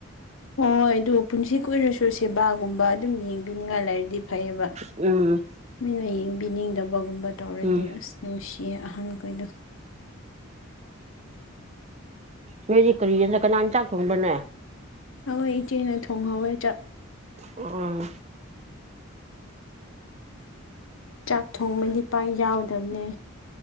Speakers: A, on the left (about 70°); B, on the right (about 30°).
A: ꯍꯣꯏ ꯑꯗꯨ ꯄꯨꯟꯁꯤ ꯀꯨꯏꯔꯁꯨ ꯁꯦꯕꯥꯒꯨꯝꯕ ꯑꯗꯨꯝ ꯌꯦꯡꯕꯤꯅꯤꯡꯉꯥꯏ ꯂꯩꯔꯗꯤ ꯐꯩꯌꯦꯕ
B: ꯎꯝ
A: ꯃꯤꯅ ꯌꯦꯡꯕꯤꯅꯤꯡꯗꯕꯒꯨꯝꯕ ꯇꯧꯔꯗꯤ
B: ꯎꯝ
A: ꯑꯁ ꯅꯨꯡꯁ ꯏ ꯑꯍꯟ ꯈꯣꯏꯗꯣ
B: ꯅꯣꯏꯗꯤ ꯀꯔꯤ ꯌꯦꯟꯁꯥ ꯀꯅꯥꯅ ꯆꯥꯛ ꯊꯣꯡꯕꯥꯅꯦ
A: ꯑꯈꯣꯏ ꯏꯆꯦꯅ ꯊꯣꯡꯍꯧꯋꯦ ꯆꯥꯛ
B: ꯑꯣ
A: ꯆꯥꯛ ꯊꯣꯡꯕꯗꯤ ꯄꯥꯥꯛ ꯌꯥꯎꯗꯝꯅꯦ